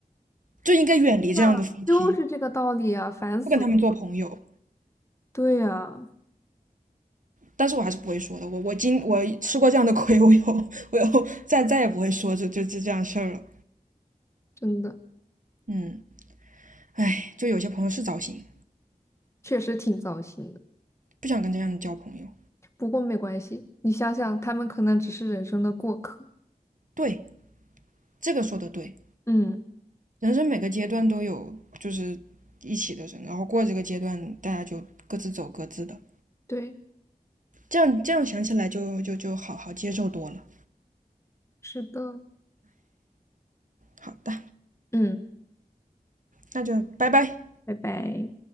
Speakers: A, on the right; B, on the left.
A: 就应该远离这样的夫妻，
B: 对呀，就是这个道理啊！烦死了
A: 不跟他们做朋友。
B: 对呀，
A: 但是我还是不会说的，我我今我吃过这样的亏，我以后我以后再再也不会说这这就这样事儿了。
B: 真的
A: 嗯，哎，就有些朋友是糟心，
B: 确实挺糟心。的。
A: 不想跟这样的交朋友。
B: 不过没关系，你想想，他们可能只是人生的过客。
A: 对，这个说的对。
B: 嗯，
A: 人生每个阶段都有就是一起的人，然后过这个阶段，大家就各自走各自的，
B: 对，
A: 这样这样想起来就就就好好接受多了。
B: 是的，
A: 好的，
B: 嗯，
A: 那就拜拜。
B: 拜拜。